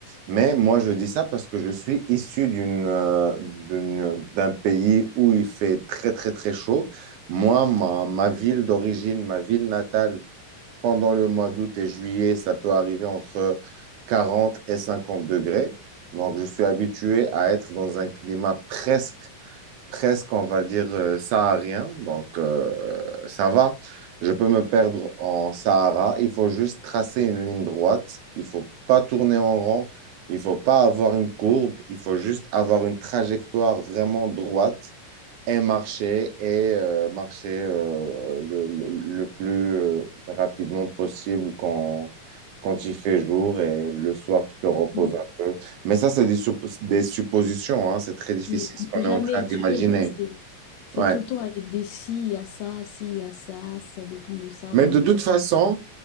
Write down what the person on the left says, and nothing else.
Mm.
Oui,
on
peut jamais
être
sûr. C'est, c'est
tout le temps avec des si, il y a ça, si, il y a ça, ça dépend de ça.
Donc,
euh,